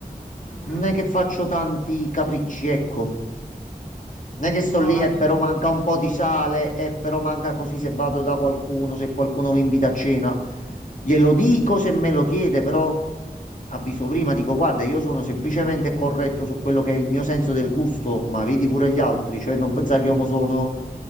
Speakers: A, in the centre; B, on the left.
A: Mhm.
B: Non è che faccio tanti capricci, ecco. Non è che sto
A: Ma parlando
B: lì e però
A: di
B: manca un po' di sale e però manca così se vado da qualcuno, se qualcuno mi invita a cena. Glielo dico se me lo chiede, però avviso prima, dico guarda, io sono semplicemente corretto su quello che è il mio senso del gusto, ma vedi pure gli altri, cioè non pensare che io mo sono